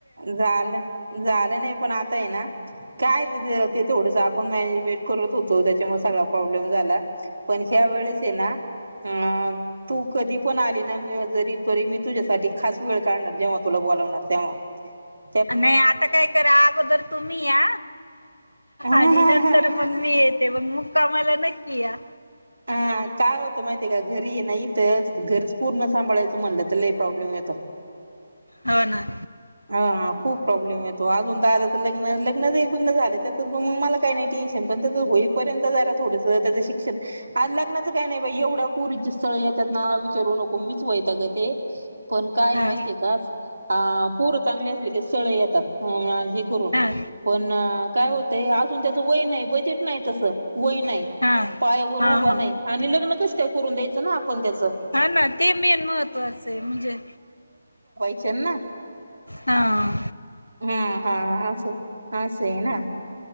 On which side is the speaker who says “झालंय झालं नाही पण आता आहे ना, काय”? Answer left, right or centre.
Right